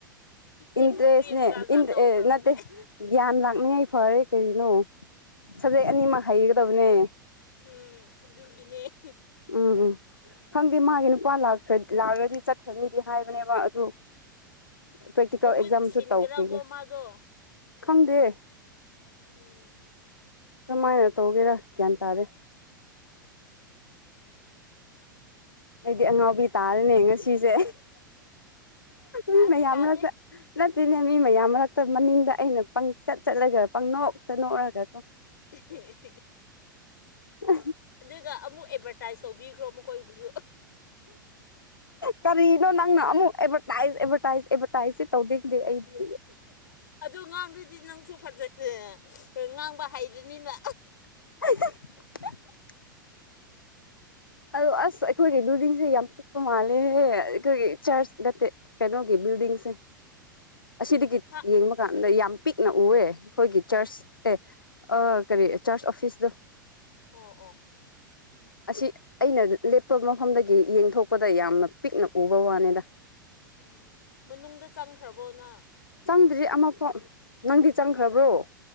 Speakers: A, on the left; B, on the left.
A: ꯑꯦꯛꯁꯄꯤꯔꯤꯌꯦꯟꯁ
B: ꯏꯟꯇꯔꯦꯁꯅꯦ
A: ꯖꯥꯠ ꯖꯥꯠ ꯇꯧꯈ꯭ꯔꯕꯅꯦ
B: ꯅꯠꯇꯦ ꯒ꯭ꯌꯥꯟ ꯂꯥꯛꯅꯤꯉ ꯐꯔꯦ ꯀꯔꯤꯅꯣ ꯁꯕꯖꯦꯛ ꯑꯅꯤꯃꯛ ꯍꯩꯒꯗꯕꯅꯦ
A: ꯎꯝ ꯂꯤꯅꯦ
B: ꯎꯝ ꯎꯝ ꯈꯪꯗꯦ ꯃꯥꯒꯤ ꯅꯨꯄꯥ ꯂꯥꯛꯑꯒꯗꯤ ꯆꯠꯈ꯭ꯔꯅꯤꯗꯤ ꯍꯥꯏꯕꯅꯦꯕ ꯑꯗꯨ ꯄ꯭ꯔꯦꯛꯇꯤꯀꯦꯜ
A: ꯃꯍꯨꯠ
B: ꯑꯦꯛꯖꯥꯝꯁꯨ
A: ꯁꯤꯟꯒ꯭ꯔꯥꯒ
B: ꯇꯧꯈꯤꯒꯦ
A: ꯃꯥꯗ
B: ꯈꯪꯗꯦ
A: ꯎꯝ
B: ꯀꯃꯥꯏꯅ ꯇꯧꯒꯦꯔꯥ ꯒ꯭ꯌꯥꯟ ꯇꯥꯗꯦ ꯑꯩꯗꯤ ꯑꯉꯥꯎꯕꯤ ꯇꯥꯔꯅꯦ ꯉꯁꯤꯁꯦ
A: ꯇꯥꯗꯦ
B: ꯎ ꯌꯥꯝꯔ
A: ꯇꯥꯗꯦ
B: ꯆ ꯅ ꯑꯗꯨꯅꯦ ꯃꯤ ꯃꯌꯥꯝ ꯃꯔꯛꯇ ꯃꯅꯤꯡꯗ ꯑꯩꯅ ꯄꯪꯆꯠ ꯆꯠꯂꯒ ꯄꯪꯅꯣꯛꯇ ꯅꯣꯛꯑꯔꯒ
A: <inaudible>
B: ꯎ
A: ꯁꯤꯗ ꯑꯃꯨꯛ ꯑꯦꯗꯚꯔꯇꯥꯏꯁ ꯇꯧꯕꯤꯈ꯭ꯔꯣ ꯃꯈꯣꯏꯕꯨꯁꯨ
B: ꯀꯔꯤꯅꯣ ꯅꯪꯅ ꯑꯃꯨꯛ ꯑꯦꯚꯔꯇꯥꯏꯁ ꯑꯦꯚꯔꯇꯥꯏꯁ ꯑꯦꯚꯔꯇꯥꯏꯁꯁꯦ ꯇꯧꯗꯗꯦ ꯑꯩꯗꯤ
A: ꯑ ꯉꯥꯡꯗ꯭ꯔꯤꯗꯤ ꯅꯪꯁꯨ ꯐꯖꯩ ꯉꯥꯡꯕ ꯍꯥꯏꯗꯅꯤꯅ
B: <inaudible> ꯑꯗꯣ ꯑꯁ ꯑꯩꯈꯣꯏꯒꯤ ꯕꯤꯜꯗꯤꯡꯁꯦ ꯌꯥꯝ ꯄꯤꯛꯄ ꯃꯥꯜꯂꯦꯍꯦ ꯑꯩꯈꯣꯏꯒꯤ ꯆꯔꯆ ꯅꯠꯇꯦ ꯀꯩꯅꯣꯒꯤ ꯕꯤꯜꯗꯤꯡꯁꯦ ꯑꯁꯤꯗꯒꯤ
A: ꯍꯥ
B: ꯌꯦꯡꯕ ꯀꯥꯟꯗ ꯌꯥꯝ ꯄꯤꯛꯅ ꯎꯑꯦ ꯑꯩꯈꯣꯏꯒꯤ ꯆꯔꯆ ꯑꯦ ꯀꯔꯤ ꯆꯥꯔꯁ ꯑꯣꯐꯤꯁꯇ
A: ꯑꯣ ꯑꯣ
B: ꯑꯁꯤ ꯑꯩꯅ ꯂꯦꯞꯄ ꯃꯐꯝꯗꯒꯤ ꯌꯦꯡꯊꯣꯛꯄꯗ ꯌꯥꯝꯅ ꯄꯤꯛꯅ ꯎꯕ ꯋꯥꯅꯤꯗ
A: ꯎꯝ ꯃꯅꯨꯡꯗ ꯆꯪꯈ꯭ꯔꯕꯣꯅ
B: ꯆꯪꯗ꯭ꯔꯤ ꯑꯃꯐꯥꯎ ꯅꯪꯗꯤ
A: ꯎꯝ
B: ꯆꯪꯈ꯭ꯔꯕ꯭ꯔꯣ